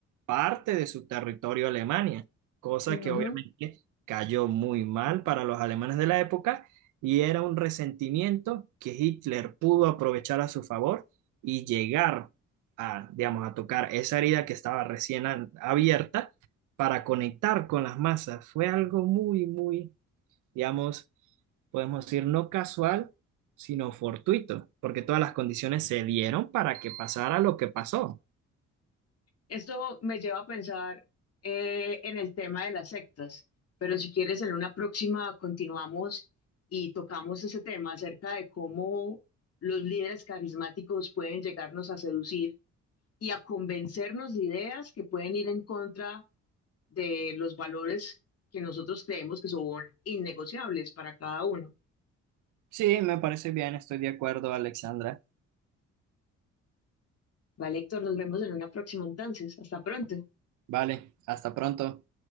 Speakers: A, on the right (about 80°); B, on the left (about 50°).
A: parte de su territorio a Alemania, cosa
B: Ujú.
A: que obviamente cayó muy mal para los alemanes de la época y era un resentimiento que Hitler pudo aprovechar a su favor y llegar a, digamos, a tocar esa herida que estaba recién an- abierta para conectar con las masas. Fue algo muy, muy digamos, podemos decir, no casual, sino fortuito, porque todas las condiciones se dieron para que pasara lo que pasó.
B: Esto me lleva a pensar eh, en el tema de las sectas, pero si quieres, en una próxima continuamos y tocamos ese tema acerca de cómo los líderes carismáticos pueden llegarnos a seducir y a convencernos de ideas que pueden ir en contra de los valores que nosotros creemos que son innegociables para cada uno.
A: Sí, me parece bien, estoy de acuerdo, Alexandra.
B: Vale, Héctor, nos vemos en una próxima entonces. Hasta pronto.
A: Vale, hasta pronto.